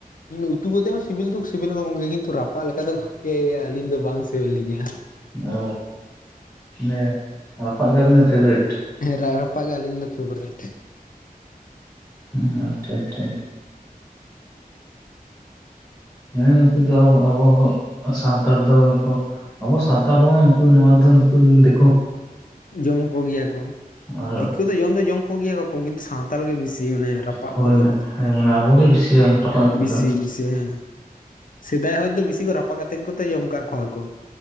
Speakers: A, on the left; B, on the left.
A: ᱦᱩᱸ ᱩᱛᱩ ᱠᱚᱛᱮᱫ ᱦᱚᱸ ᱥᱤᱵᱤᱞ ᱫᱚᱠᱚ ᱥᱤᱵᱤᱞᱟ ᱜᱚᱢᱠᱮ ᱠᱤᱱᱛᱩ ᱨᱟᱯᱟᱜ ᱞᱮᱠᱟ ᱫᱚ ᱜᱚᱢᱠᱮ ᱟᱹᱞᱤᱧ ᱫᱚ ᱵᱟᱝ ᱥᱤᱵᱤᱞ ᱞᱤᱧᱟᱹ
B: ᱚ ᱢᱟᱱᱮ ᱨᱟᱯᱟᱜ ᱜᱮ ᱟᱹᱵᱤᱱ ᱫᱚ ᱯᱷᱮᱵᱨᱮᱴ
A: ᱦᱮᱸ ᱨᱟᱨᱟᱯᱟᱜ ᱜᱮ ᱟᱹᱞᱤᱧ ᱫᱚ ᱯᱷᱮᱵᱟᱨᱮᱴ
B: ᱦᱚᱸ ᱟᱪᱪᱷᱟ ᱟᱪᱪᱷᱟ ᱦᱮᱸ ᱱᱩᱠᱩ ᱫᱚ ᱟᱵᱚ ᱥᱟᱱᱛᱟᱲ ᱫᱚᱠᱚ ᱟᱵᱚ ᱥᱟᱱᱛᱟᱲ ᱫᱚ ᱵᱟᱝ ᱱᱩᱠᱩ ᱱᱚᱣᱟ ᱫᱚ ᱱᱩᱠᱩ ᱫᱤᱼᱼ
A: ᱡᱚᱢ ᱠᱚᱜᱮᱭᱟ ᱠᱚ
B: ᱟᱨ
A: ᱫᱤᱠᱩ ᱫᱚ ᱡᱚᱢ ᱫᱚ ᱡᱚᱢ ᱠᱚᱜᱮᱭᱟ ᱠᱚ ᱠᱤᱱᱛᱩ ᱥᱟᱱᱼᱼ ᱼᱛᱟᱞ ᱜᱮ ᱵᱮᱥᱤ ᱢᱟᱱᱮ ᱨᱟᱯᱟᱜ
B: ᱦᱳᱭ
A: ᱠᱚᱫᱚ
B: ᱦᱮᱸ ᱢᱟᱱᱮ ᱟᱵᱚᱜᱮ ᱵᱮᱥᱤ ᱨᱟᱯᱟᱜ ᱠᱟᱛᱮᱫ
A: ᱵᱤᱥᱤ
B: ᱫᱚ
A: ᱵᱤᱥᱤ ᱦᱮᱸ ᱥᱮᱫᱟᱭ ᱦᱚᱲ ᱫᱚ ᱵᱤᱥᱤ ᱠᱚ ᱨᱟᱯᱟᱜ ᱠᱟᱛᱮ ᱜᱮᱛᱚ ᱡᱚᱢ ᱠᱟᱜ ᱠᱚᱣᱟ ᱠᱚ